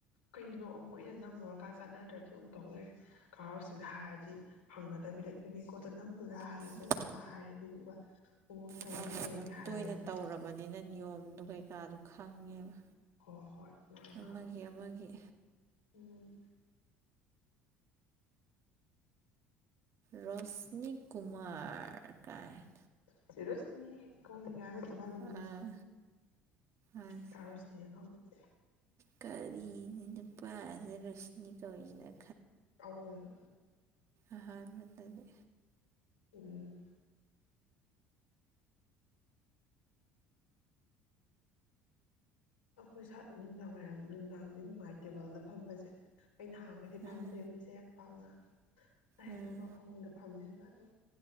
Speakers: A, on the left (about 70°); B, on the right (about 45°).
A: ꯀꯩꯅꯣ ꯑꯃꯨꯛ ꯑꯩꯅ ꯅꯝꯃꯨꯔꯀꯥꯟ ꯆꯥꯟꯅꯗ꯭ꯔꯗꯤ ꯑꯃꯨꯛ ꯇꯧ ꯂꯩꯔꯦ ꯀꯥ ꯔꫭꯁꯟꯗ ꯍꯥꯏꯔꯗꯤ ꯍꯪꯅꯗꯕꯤꯗ ꯌꯨꯅꯤꯀꫭ ꯀꯣꯠꯇ ꯅꯝꯗꯨꯔꯥ ꯍꯥꯏꯔꯗꯤ ꯍꯣꯏ
B: ꯎꯝ
A: ꯀꯀꯥ ꯍꯥꯏꯔꯦ ꯑꯗꯨꯗꯨꯒ ꯑꯣ ꯇꯧꯔꯒꯦ
B: ꯃꯥꯗꯣ
A: ꯇꯧꯔꯒꯦ
B: ꯑꯗꯨꯝ
A: ꯍꯥꯏꯍꯧꯋꯦ
B: ꯇꯣꯏꯅ
A: ꯃꯥꯗꯤ
B: ꯇꯧꯔꯕꯅꯤꯅ ꯅꯤꯌꯣꯝꯗꯨ ꯀꯩꯀꯥꯗꯣ ꯈꯪꯉꯦꯕ
A: ꯍꫭ ꯍꯣꯏ ꯃꯥꯅ
B: ꯑꯃꯒꯤ
A: ꯈꯪꯉꯦ
B: ꯑꯃꯒꯤ
A: ꯎꯝ
B: ꯔꫭꯁꯅꯤꯀꯨ ꯀꯨꯃꯥꯔ ꯀꯥꯏꯅ
A: ꯆꯦ ꯔꯣꯁꯅꯤ ꯀꯧꯅꯤꯡꯉꯦ ꯍꯥꯏꯕ ꯗ ꯃꯥꯏ ꯃꯃꯤꯡꯖꯦ
B: ꯑꯥ ꯑꯩ
A: ꯀꯥ ꯔꫭꯁꯅꯤꯅ ꯀꯧꯗꯕꯤꯗ
B: ꯀꯔꯤꯅꯤ ꯅꯨꯄꯥꯁꯦ ꯔꫭꯁꯅꯤ ꯀꯧꯔꯤꯁꯤꯅ
A: ꯑꯑꫭꯏꯕ
B: ꯑꯍꯥꯟꯕꯗꯗꯤ
A: ꯎꯝ ꯑꯈꯣꯏ ꯁꯥ ꯅꯨꯡꯗꯥꯡ ꯋꯥꯏꯔꯝ ꯅꯨꯡꯗꯥꯡꯗꯤ ꯅꯨꯡꯉꯥꯏ ꯇꯦꯕꯜꯗ ꯐꯝꯕꯁꯦ ꯑꯩꯅ ꯍꯥꯡꯉꯗꯤ
B: ꯎꯝ
A: ꯐꯝꯗꯦꯕ ꯏꯆꯦ ꯄꯥꯡꯉ ꯇꯥꯏ
B: ꯎꯝ
A: ꯑꯇꯣꯞꯄ ꯐꯃꯨꯡꯗ ꯐꯝꯃꯦꯕꯥ ꯑꯗꯣ